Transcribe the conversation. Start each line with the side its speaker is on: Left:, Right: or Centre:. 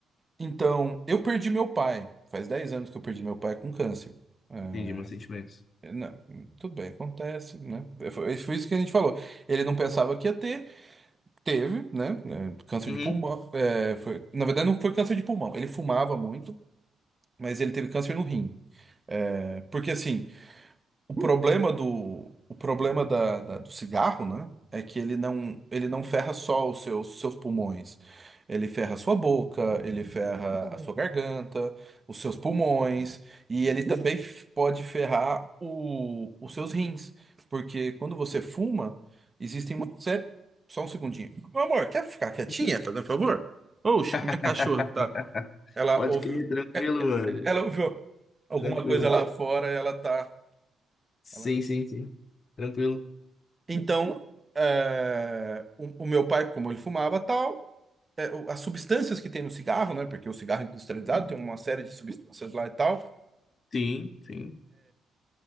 Right: Então, eu perdi meu pai. Faz 10 anos que eu perdi meu pai com câncer. É,
Left: Entendi meus sentimentos.
Right: não, tudo bem, acontece, né? É, Foi, é, foi isso que a gente falou. Ele não pensava que ia ter, teve, né? É, Câncer
Left: Uhum.
Right: de pulmão. é, foi- na verdade, não foi câncer de pulmão. Ele fumava muito, mas ele teve câncer no rim. É, porque assim. O problema do, o problema da, da- do cigarro, né? É que ele não, ele não ferra só os seus, seus pulmões. Ele ferra a sua boca, ele ferra a sua garganta, os seus pulmões, e ele também f- pode ferrar o, os seus rins. Porque quando você fuma, existem uma série. Só um segundinho. Meu amor, quer ficar quietinha,
Left: Sim.
Right: fazendo um favor? Oxe,
Left: <laughs>
Right: a minha cachorra que tá. Ela
Left: Pode
Right: ouviu,
Left: crer, tranquilo, mano.
Right: ela ouviu alguma
Left: Tranquilo.
Right: coisa lá fora, ela tá.
Left: Sim,
Right: ela-
Left: sim, sim. Tranquilo.
Right: Então, é, o, o meu pai, como ele fumava tal, é, o- as substâncias que tem no cigarro, né? Porque o cigarro industrializado tem uma série de substâncias lá e tal.
Left: Sim, sim.